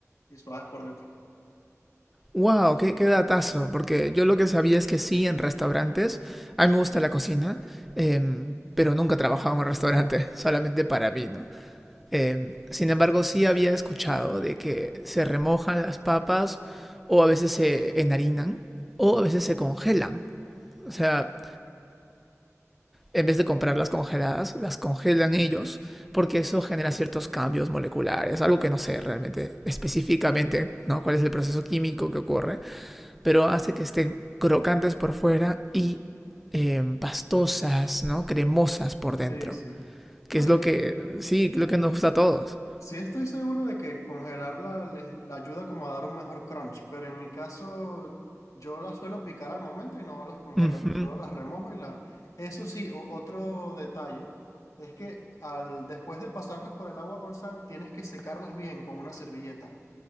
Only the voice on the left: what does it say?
y suaves por dentro.
Sí, sí.
No,
y
sí estoy seguro de que congelarla les la ayuda como a dar un mejor crunch, pero en mi caso yo las suelo picar al momento y no las congelo,
¿no? Solo las remojo y la... Eso sí, o- otro detalle es que al, después de pasarlas por el agua con sal, tienes que secarlas bien con una servilleta.